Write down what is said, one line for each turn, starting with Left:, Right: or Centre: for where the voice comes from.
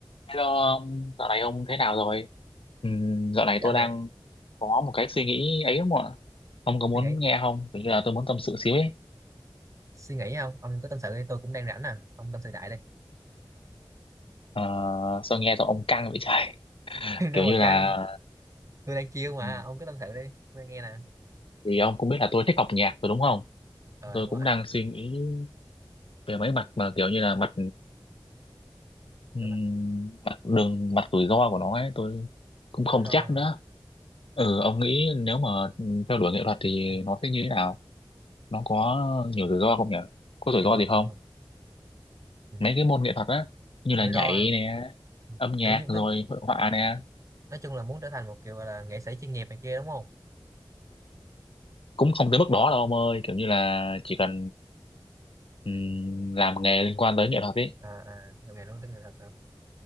Left: Hello ông, dạo này ông thế nào rồi? Ừm, dạo này
Right: dạo
Left: tôi đang
Right: này
Left: có một cái suy nghĩ ấy không ạ? Ông có muốn
Right: suy nghĩ
Left: nghe không? Kiểu như là tôi muốn tâm sự xíu ấy.
Right: suy nghĩ không ông cứ tâm sự đi tôi cũng đang rảnh nè ông tâm sự đại đi
Left: Ờ, sao nghe giọng ông căng vậy trời?
Right: <laughs>
Left: Kiểu
Right: đâu
Left: như
Right: mà
Left: là
Right: căng tôi đang chiêu mà
Left: ừm,
Right: ông cứ tâm sự đi tôi nghe nè
Left: vì ông cũng biết là tôi thích học nhạc rồi đúng không?
Right: ờ
Left: Tôi
Right: đúng
Left: cũng
Right: rồi
Left: đang suy nghĩ về mấy mặt mà kiểu như là mặt ừm,
Right: Nếu mà
Left: mặt đường mặt rủi ro của nó ấy, tôi cũng không
Right: rủi ro
Left: chắc
Right: hả?
Left: nữa. Ừ, ông nghĩ nếu mà ừm, theo đuổi nghệ thuật thì
Right: Ừ,
Left: nó sẽ như thế nào? Nó có nhiều rủi ro không nhỉ? Có rủi
Right: nghệ
Left: ro
Right: thuật
Left: gì không?
Right: ừ. Ừ.
Left: mấy cái môn nghệ thuật á như là
Right: rủi
Left: nhảy
Right: ro
Left: nè âm nhạc
Right: kiểu như nói
Left: rồi hội họa nè
Right: nói chung là muốn trở thành một kiểu gọi là nghệ sĩ chuyên nghiệp này kia đúng không
Left: cũng không tới mức đó đâu ông ơi kiểu như là chỉ cần ừm, làm nghề liên quan tới nghệ thuật ấy
Right: à, à làm nghề luôn tới nghệ thuật hả?